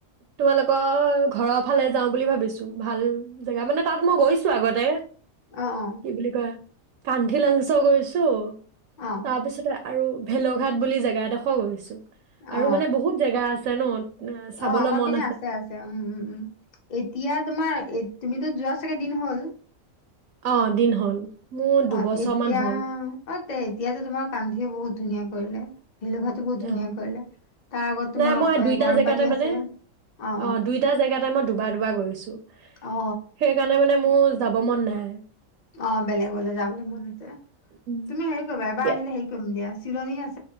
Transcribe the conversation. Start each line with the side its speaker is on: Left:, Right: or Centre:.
Right: তোমালোকৰ ঘৰৰ ফালে যাওঁ বুলি ভাবিছোঁ ভাল জেগা মানে তাত মই গৈছো আগতে।
Left: অ অ
Right: কি বুলি কয়? কানঠীলাংচৌ গৈছো,
Left: অ
Right: তাৰপিছতে, আৰু ভেলৌঘাট বুলি জেগা এদখ গৈছো।
Left: অ
Right: আৰু মানে বহুত জেগা আছে। ন আহ, চাবলৈ
Left: অ' আমাৰ
Right: মন
Left: পিনে আছে আছে উম উম উম এতিয়া তোমাৰ তুমিতো, যোৱা চাগে দিন হ'ল
Right: অ দিন হ'ল মোৰ দুবছৰমান
Left: অ' এতিয়া
Right: হ'ল,
Left: অ তে এতিয়াতো তোমাৰ কান্ধিও বহুত ধুনীয়া হ'লে, ভেলৌঘাট টো বহুত
Right: অ',
Left: ধুনীয়া কৰিলে তাৰ আগত তোমাৰ
Right: নাই মই দুইটা
Left: গৰম
Right: জেগাতে
Left: পানী আছে
Right: মানে
Left: অ অ'
Right: দুইটা জেগাতে মই দুবাৰ দুবাৰ গৈছোঁ
Left: অ
Right: সেইকাৰণে মানে মোৰ যাব মন নাই,
Left: অ' বেলেগলৈ যাবলৈ মন আছে
Right: উম।
Left: তুমি হেৰি কৰিবা এইবাৰ
Right: ইয়া-
Left: আহিলে হেৰি কৰিম দিয়া। চিলনী আছ